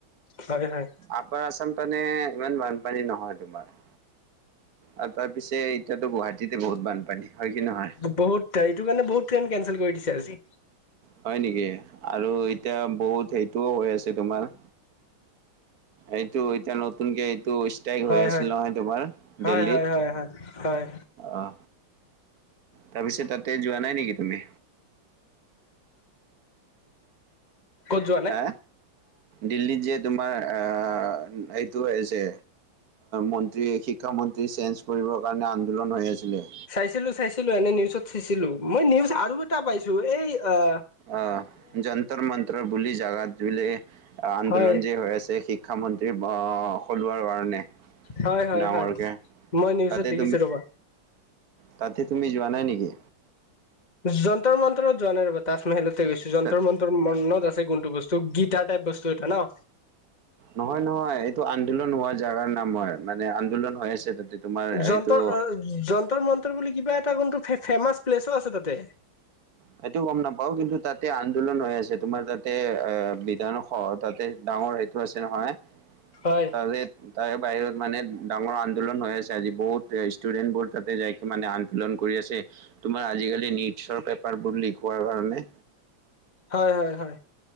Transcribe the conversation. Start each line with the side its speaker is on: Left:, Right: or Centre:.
Left: হয়, হয়।
Right: আপাৰ আছাম পিনে ইমান বানপানী নহয় তোমাৰ। আৰু তাৰ পিছে এতিয়াতো গুৱাহাটীতে বহুত বানপানী হয় কি নহয়?
Left: বহুত এইটো কাৰণে বহুত ট্ৰেইন কেনচেল কৰি দিছে আজি
Right: হয় নেকি আৰু এতিয়া বহুত সেইটোও হৈ আছে তোমাৰ এইটো এতিয়া, নতুনকে এইটো তেগ হৈ
Left: হয়
Right: আছিল
Left: হয়
Right: নহয় তোমাৰ,
Left: হয়
Right: দিল্লীত।
Left: হয় হয় হয় হয়
Right: অ, তাৰপিছত তাতে যোৱা নাই নেকি তুমি?
Left: ক'ত যোৱা নাই
Right: হা, দিল্লীত যে তোমাৰ আহ, এইটো যে মন্ত্ৰী শিক্ষামন্ত্ৰী চেঞ্জ, কৰিবৰ কাৰণে আন্দোলন হৈ আছিলে।
Left: চাইছিলো, চাইছিলো এনে নিউজত চাইছিলো, মই নিউজ আৰু এটা পাইছোঁ এই, আহ,
Right: অ, যন্ত্ৰ মন্ত্ৰ বুলি জাগাত বিলে, আন্দোলন
Left: হয়
Right: যে হৈ আছে শি শিক্ষামন্ত্ৰী অ, সলোৱাৰ কাৰণে।
Left: হয় হয়
Right: ডাঙৰকে,
Left: হয় মই নিউজত
Right: তাতে
Left: দেখিছো
Right: তুমি
Left: ৰবা
Right: তাতে তুমি যোৱা নাই নেকি?
Left: যন্ত্ৰৰ-মন্তৰত যোৱা নাই ৰ'বা, তাজমহলতে গৈছো যন্তৰ
Right: তাত
Left: মন্তৰ তোৰ মনত আছে কোনটো বস্তু, গীতাৰ টাইপ বস্তু এটা ন
Right: নহয় নহয়, এইটো আন্দোলন হোৱা জেগাৰ নাম হয়, মানে আন্দোলন হৈ আছে তাতে তোমাৰ
Left: যন্তৰ-যন্তৰ
Right: এইটো
Left: মন্তৰ বুলি কিবা এটা কিন্তু, ফেমাচ প্লেচো আছে তাতে।
Right: সেইটো গম নাপাওঁ, কিন্তু তাতে আন্দোলন হৈ আছে, তোমাৰ তাতে এ, বিধানস তাতে ডাঙৰ তো, আছে নহয়।
Left: হয়।
Right: তাৰে তাৰে বাহিৰত মানে ডাঙৰ আন্দোলন হৈ আছে, আজি বহুত ষ্টুডেণ্টবোৰ তাতে যাইকৈ মানে আন্দোলন কৰি আছে। তোমাৰ আজিকালি নিটছৰ পেপাৰ বহুত লিক হোৱাৰ কাৰণে।
Left: হয়, হয়, হয়।